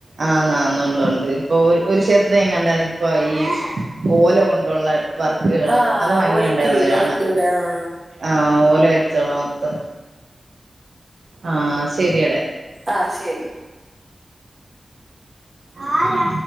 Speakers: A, on the right (about 80°); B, on the right (about 40°).
A: ആഹ് നന്ന ഉണ്ട് ഉണ്ട്. ഇപ്പൊ ഒരു ക്ഷേത്രത്തി ഞ കണ്ട ഇപ്പൊ ഈ ഓല കൊണ്ടുള്ള വർക്കുകള്.
B: ആഹ്
A: നല്ല ഭംഗിയുണ്ടായിരുന്നത്
B: ഓലക്കിളി
A: കാണ
B: ഓലക്കിളിയുടെ ആഹ്
A: ആഹ് ഓല വെച്ച്ള്ള മൊത്തം ആഹ് ശെരിയട
B: ആഹ് ശരി
A: ആരാ